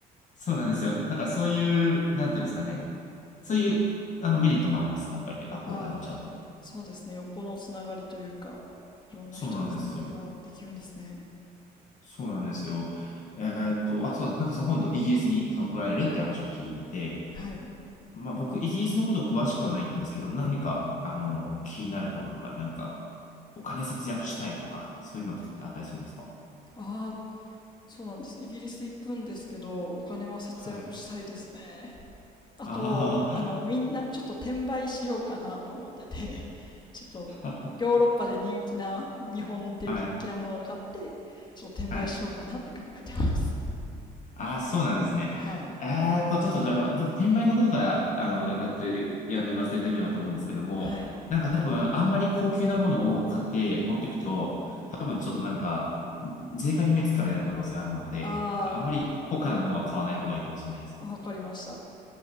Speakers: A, on the left; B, on the left.
A: そうなんですよ。なんかそういう、なんていうんですかね。そういう、あの、メリットもあります。やっぱり学校通っちゃうと。
B: ああ、そうですね、横のつながりというか、いろんな人のつながりができるんですね。
A: そうなんですよ。そうなんですよ。えーっと、あ、そうだ。なんかその今度イギリスにその来られるって話を聞いて、
B: はい。
A: まあ僕、イギリスのこと詳しくはないんですけど、何か、あの、気になることとか、なんか、お金節約したいとか、そういうのとかってあったりするんですか
B: ああ、そうなんです。イギリス行くんですけど、お金は節約したいですね。
A: はい。
B: あと、
A: あ
B: あの、みんな、ちょっと転売しようかなと思ってて、<laughs> ちょっと、
A: あ、
B: ヨーロッパで人気な、日本で人気なものを買って、
A: <laughs> はい。
B: ちょっと転売しようかなって考えてます。
A: はい。ああ、そうなんですね。
B: <laughs> はい。
A: えーっと、ちょっとじゃあ、まあちょっと転売のことから、あの、がっつり、あの、言わせていただければと思うんですけども、
B: はい。
A: なんか多分、あんまり高級なものを買って持っていくと、多分ちょっとなんか、税関に目つかれる可能性あるので、
B: あ
A: なんかあんまり高価なものは買わない方がいいかもしれないですね。
B: ー、わかりました。